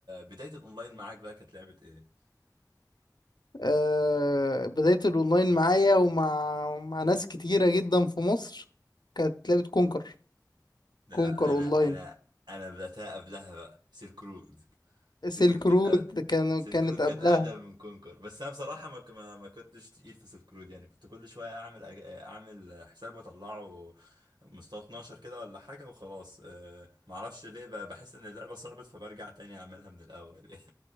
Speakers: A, on the right; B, on the left.
A: بدايه الاونلاين معاك بقى كانت لعبه ايه
B: أه بداية الاونلاين معايا ومع مع ناس كتيرة جدا في مصر كانت لعبة كونكر
A: ده
B: كونكر
A: انا
B: اونلاين
A: انا انا بداتها قبلها بقى سيلك رود سيلك
B: سيلك
A: رود كانت
B: رود
A: أ...
B: كان
A: سيلك
B: كانت
A: رود
B: قبلها
A: كانت اقدم من كونكر بس انا بصراحه ما ك- ما ما كنتش تقيل في سيلك رود يعني كنت كل شويه اعمل أج- اعمل حساب واطلعه مستوى 12 كده ولا حاجه وخلاص أه... ما اعرفش ليه ب- بحس ان اللعبه صعبت فبرجع تاني اعملها من الاول <laughs> يعني.